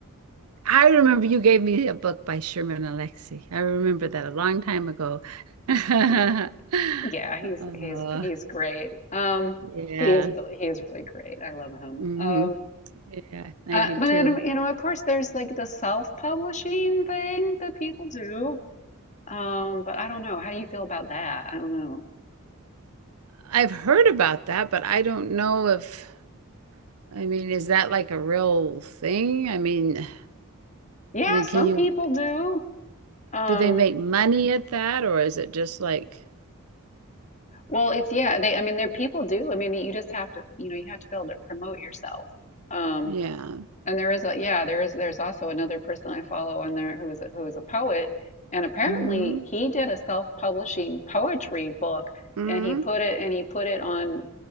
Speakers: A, on the right (about 85°); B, on the left (about 35°).
A: I remember you gave me a book by Sherman Alexie. I remember that a long time ago. <laughs>
B: <laughs> Yeah, he's
A: Oh,
B: he's he's great. Um,
A: yeah.
B: he is really he is really great. I love him.
A: hmm
B: Um,
A: Yeah, I
B: uh,
A: do
B: but
A: too.
B: then you know, of course, there's like the self-publishing thing that people do. Um, but I don't know. How do you feel about that? I don't know.
A: I've heard about that, but I don't know if, I mean, is that like a real thing? I mean,
B: Yeah,
A: I mean,
B: some
A: can you,
B: people do. Um,
A: do they make money at that or is it just like,
B: well, it's yeah. They I mean, there people do. I mean, you just have to you know you have to be able to promote yourself. Um.
A: yeah.
B: And there is a yeah, there is there's also another person I follow on there who's a, who's a poet, and apparently
A: hmm?
B: he did a self-publishing poetry book,
A: hmm
B: and he put it and he put it on